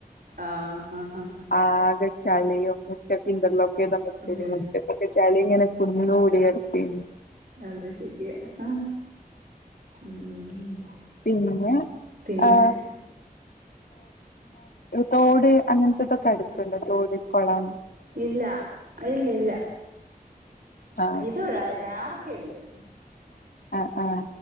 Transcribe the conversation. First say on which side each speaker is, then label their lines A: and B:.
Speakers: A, on the right; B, on the left.
A: ആഹ് ആഹ്
B: ആകെ ചളിയും മുറ്റത്ത് ഇന്റിലോക്ക് മുറ്റന്
A: പിന്നെ
B: മുറ്റക്കൊക്കെ ചളിയും <unintelligible> കുന്നു കൂടി <unintelligible>
A: അത് ശരിയാ ആ ഉം
B: പിന്നെ
A: പിന്നെ
B: ആ തോട് അങ്ങനത്തതൊക്കെ അടുത്തുണ്ട് തോട് കോളം
A: ഇല്ല ഇല്ല ഇല്ല
B: ആഹ്
A: ഇതഴ ആറൊ ക്കെ ഉണ്ട്
B: ആ ആ